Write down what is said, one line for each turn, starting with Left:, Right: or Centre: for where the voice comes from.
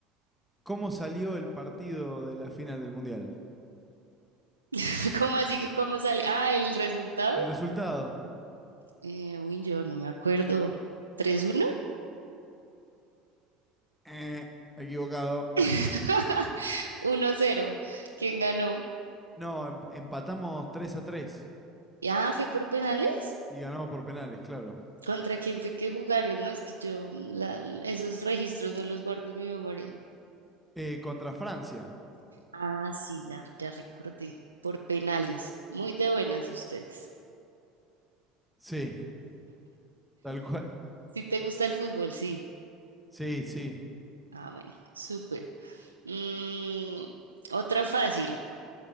Centre: ¿Cómo salió el partido de la final del Mundial?
Right: <laughs> ¿Cómo así que cómo sale? Ah, el resultado.
Centre: ¿El resultado?
Right: Eh, uy, yo no me acuerdo. Tres uno.
Centre: Eh, equivocado.
Right: <laughs> Uno cero. ¿Quién ganó?
Centre: No, em- empatamos 3 a 3
Right: Ah, fue por penales.
Centre: y ganamos por penales, claro.
Right: ¿Contra quién fue que jugaron? No, es que yo la- esos registros no los guardo en mi memoria.
Centre: Eh, contra Francia.
Right: Ah, sí, ya, ya recordé. Por penales. Muy de buenas ustedes.
Centre: Sí. Tal cual.
Right: Si te gusta el fútbol, sí.
Centre: Sí, sí.
Right: Ah, bueno, súper. Mm, otra fácil.